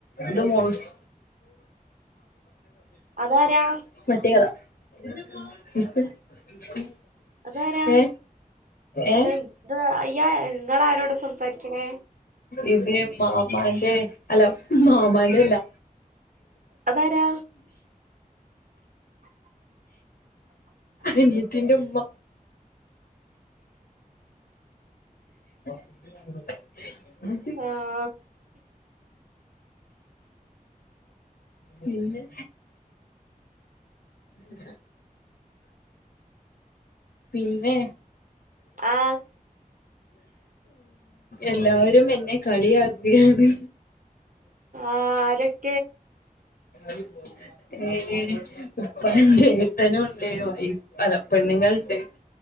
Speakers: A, on the left; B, on the right.
A: ഇത് മോളുസ്
B: അതാരാ?
A: <unintelligible>
B: അതാരാ
A: ഏ ഏ
B: അതെന്ത് ഇത് അയ്യാ ഇങ്ങളാരോടാ സംസാരിക്കണേ?
A: ഇതേ മാമാന്റെ അല്ല മാമാന്റെ അല്ലാ
B: അതാരാ?
A: അനിയത്തിന്റെ ഉമ്മ ആ
B: ആഹ്
A: പിന്നെ ഉ പിന്നെ
B: ആഹ്
A: എല്ലാരും എന്നെ കളിയാക്കുകയാണ്
B: ആരെ..
A: <inaudible> ഉപ്പാന്റെ ട്ടനുണ്ട് വൈഫ് അല്ല പെണ്ണ്ങ്ങൾണ്ട്